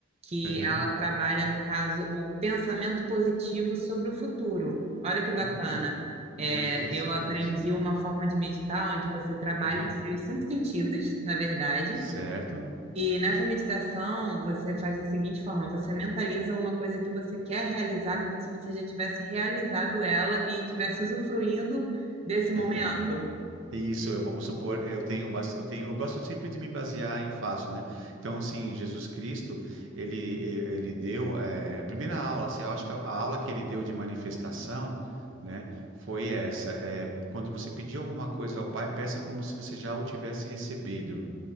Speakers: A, on the right; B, on the right.
A: que
B: Aham.
A: ela trabalha, no caso, o pensamento positivo sobre o futuro. Olha que bacana.
B: Hum, interessante.
A: É, eu aprendi uma forma de meditar onde você trabalha
B: Aham.
A: os seus cinco sentidos, na verdade
B: Certo.
A: E nessa meditação, você faz da seguinte forma: você mentaliza uma coisa que você quer realizar, como se você já tivesse realizado ela e tivesse usufruindo desse momento.
B: É, isso, eu vamos supor, é, eu tenho, bas- eu tenho, eu gosto sempre de me basear em fatos, né? Então, assim, Jesus Cristo, ele, e- ele deu, eh, a primeira aula, assim, eu acho que a, a aula que ele deu de manifestação, né, foi essa, é, quando você pedir alguma coisa ao Pai, peça como se você já o tivesse recebido.